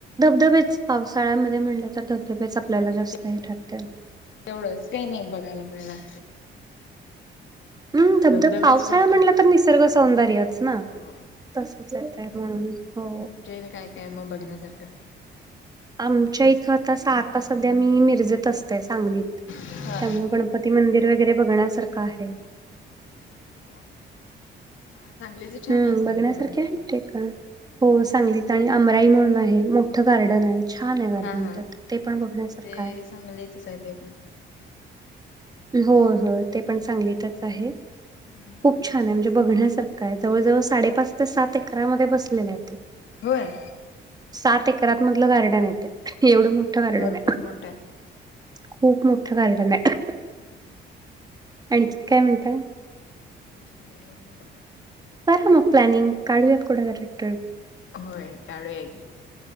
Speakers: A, on the right; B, on the left.
A: धबधबेच पावसाळ्यामध्ये म्हटलं तर, धबधबेच आपल्याला
B: होय
A: जास्त हे ठरते.
B: तेवढंच काय नाही बघायला मिळणार.
A: म धबधब
B: धबधबेच
A: पावसाळा
B: फक्त
A: म्हणलं, तर निसर्ग सौंदर्यच ना.
B: हो
A: तसंच येत म्हणून हो.
B: तुमच्या इथे काय काय मग बघण्यासारखं.
A: आमच्या इथं आता स आता संध्या मी मिरजेत असत सांगलीत
B: हा
A: त्यामुळें गणपती मंदिर वगैरे बघण्यासारखं आहे.
B: <unintelligible> हा सांगलीच. छान
A: हम्म
B: आहे गणपती
A: बघण्यासारखे
B: ते मंदिर
A: आहेत तेे का हो सांगली. आणि अमराई म्हणून आहे, मोठं गार्डन
B: हा
A: आहे छान आहे. गार्डन
B: हा हा
A: तर ते पण बघण्यासारखं
B: म्हणजे
A: आहे.
B: सांगलीतच आहे ते पण.
A: होय होय ते पण सांगलीतच
B: हम्म
A: आहे,
B: हम्म,
A: खूप छान आहे म्हणजे बघण्यासारखं. काय जवळजवळ साडेपाच ते सात एकरामध्ये बसलेल आहे ते.
B: होय.
A: सात एकरात मधलं गार्डन आहे ते,
B: म्हणजे
A: एवढं मोठं गार्डन
B: भरपूर
A: ये.
B: मोठा आहे
A: खूप मोठं गार्डन आय.
B: हम्म हम्.
A: आणखी काय म्हणताय.
B: आणखीन काही नाही बगा.
A: त्यात मग प्लॅनिंग काढूयात कुठे तरी ट्रीप.
B: होय काढूया की,